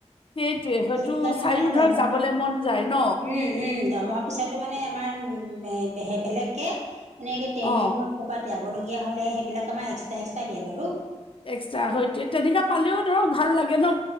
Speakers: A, on the left (about 50°); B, on the right (about 75°).
A: সেইটোৱে হয়তো
B: সেইটো কাৰণে
A: চাইও
B: মানে
A: ধৰক
B: দৰমহা
A: যাবলে মন যায় ন
B: উম উম দৰমহা পইচাটো মানে আমাৰ বেলেগকে মানে ট্ৰেইনিঙত
A: অ
B: ক'ৰবাত যাবলগীয়া হ'লে সেইবিলাক আমাৰ এক্সট্ৰা এক্সট্ৰা দিয়ে বাৰু।
A: এক্সট্ৰা হয়তো তেনেকোৱা পালেও ধৰক ভাল লাগে ন